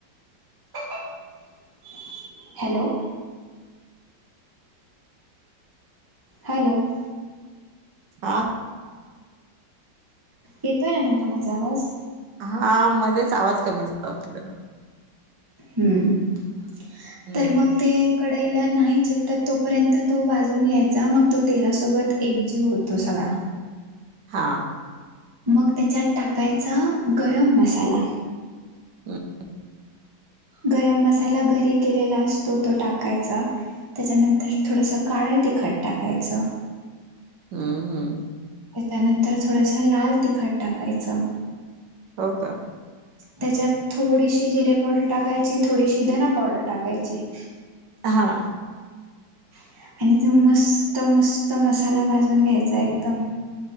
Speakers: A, on the right (about 20°); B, on the right (about 75°).
A: <inaudible> हॅलो! हॅलो! <inaudible>
B: हा
A: ये तोय ना म्हणला माझा आवाज?
B: हा मध्येच आवाज कमी झाला होता.
A: हम्म <inaudible>
B: हम्म
A: तर मग ते कडाईला नाही चिकटत तोपर्यंत तो भाजून घ्यायचा मग तो तेलासोबत एकजीव होतो सगळा.
B: हा.
A: मग त्याच्यात टाकायचा गरम मसाला.
B: हम् <inaudible>
A: गरम मसाला घरी केलेला असतो तो टाकायचा. त्याच्यानंतर थोडंसं काळं तिखट टाकायचं.
B: हम्म हम्म.
A: त्याच्यानंतर थोडसं लाल तिखट टाकायचं.
B: हो का?
A: त्याच्यात थोडीशी जिरे पावडर टाकायची, थोडीशी धना पावडर टाकायची. <inaudible>
B: हा.
A: <inaudible> आणि तो मस्त मस्त मसाला भाजून घ्यायचा एकदम.